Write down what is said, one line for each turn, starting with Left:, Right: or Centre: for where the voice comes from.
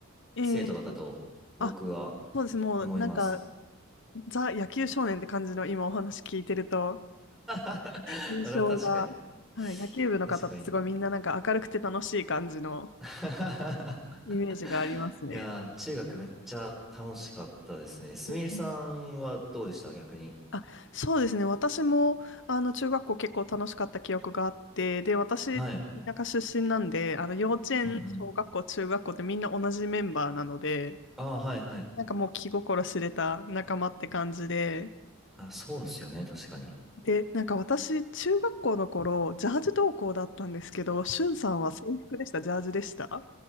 Left: えー、
Centre: 生徒だったと僕は
Left: あそうです。もう、
Centre: 思います。
Left: なんか、ザ・野球少年って感じの今お話聞いてると、
Centre: <laughs>
Left: 印象が、
Centre: また確かに。
Left: はい、野球部の方ってすごいみんななんか明るくて楽しい感じの
Centre: 確かにな。<laughs>
Left: イメージがありますね。
Centre: いやー、中学めっちゃ楽しかったですね。すみれさんはどうでした逆に。
Left: うんあ、そうですね。私も、あの、中学校結構楽しかった記憶があって、で、私、
Centre: はい。
Left: 田舎出身なんで、あの、幼稚園、
Centre: うんうん。
Left: 小学校、中学校ってみんな同じメンバーなので、
Centre: ああ、はいはい。
Left: なんかもう気心知れた仲間って感じで、
Centre: あ、そうですよね。確かに。
Left: で、なんか私、中学校の頃、ジャージ登校だったんですけど、しゅんさんは制服でした、ジャージでした